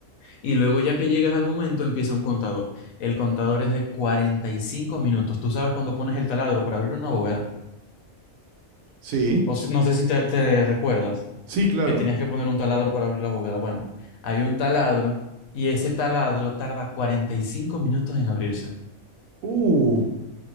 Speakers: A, on the left (about 75°); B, on the right (about 75°).
A: Y luego ya que llegas al momento empieza un contador. El contador es de 45 minutos. Tú sabes cuando pones el taladro para abrir una bóveda.
B: sí,
A: O si- no sé si te te recuerdas.
B: sí, claro.
A: que tenías que poner un taladro para abrir la bóveda. Bueno, hay un taladro y ese taladro tarda 45 minutos en abrirse.
B: Uh,